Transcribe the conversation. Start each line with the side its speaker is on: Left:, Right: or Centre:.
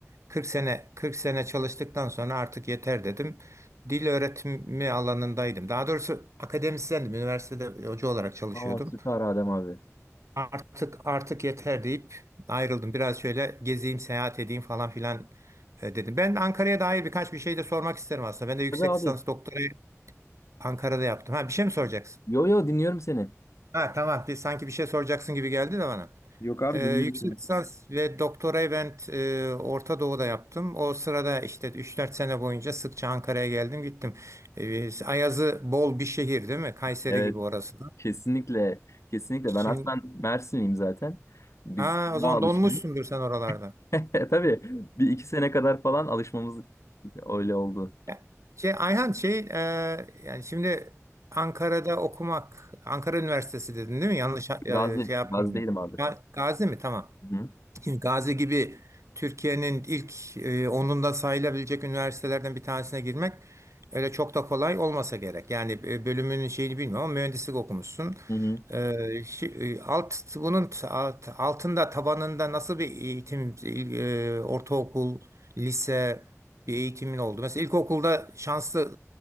Right: 40 sene 40 sene çalıştıktan sonra artık yeter dedim. Dil öğretimi alanındaydım. Daha doğrusu akademisyendim. Üniversitede hoca olarak çalışıyordum.
Left: aa, süper Adem abi.
Right: Artık artık yeter deyip ayrıldım. Biraz şöyle gezeyim, seyahat edeyim falan filan e, dedim. Ben Ankara'ya dair birkaç bir şey de sormak isterim aslında. Ben de yüksek
Left: Tabii abi.
Right: lisans doktorayı Ankara'da yaptım. Ha bir şey mi soracaksın?
Left: Yo yo dinliyorum seni.
Right: Ha tamam. Bir, sanki bir şey soracaksın gibi geldi de bana.
Left: Yok abi
Right: Ee,
Left: dinliyorum
Right: yüksek
Left: seni.
Right: lisans ve doktorayı ben e, Orta Doğu'da yaptım. O sırada işte üç dört sene boyunca sıkça Ankara'ya geldim gittim. Ee, Ayazı bol bir şehir değil mi? Kayseri
Left: Evet.
Right: gibi orası da.
Left: Kesinlikle, kesinlikle.
Right: Şimdi,
Left: Ben aslen Mersinliyim zaten. Biz
Right: ha, o zaman
Left: daha alışkınız.
Right: donmuşsundur sen oralarda.
Left: <laughs> Tabii bir iki sene kadar falan alışmamız öyle oldu.
Right: Ya, Şey Ayhan şey e, yani şimdi Ankara'da okumak Ankara Üniversitesi dedin değil mi? Yanlış e,
Left: Gazi,
Right: şey yapmıyorum.
Left: Gazi'deydim abi.
Right: Ga- Gazi mi? Tamam.
Left: Hı hı.
Right: Şimdi Gazi gibi Türkiye'nin ilk e, onunda sayılabilecek üniversitelerden bir tanesine girmek öyle çok da kolay olmasa gerek. Yani e, bölümünün şeyini bilmiyorum ama mühendislik okumuşsun.
Left: hı.
Right: E, şi- e, alt bunun t- alt- altında tabanında nasıl bir eğitim e, ortaokul, lise bir eğitimin oldu? Mesela ilkokulda şanslı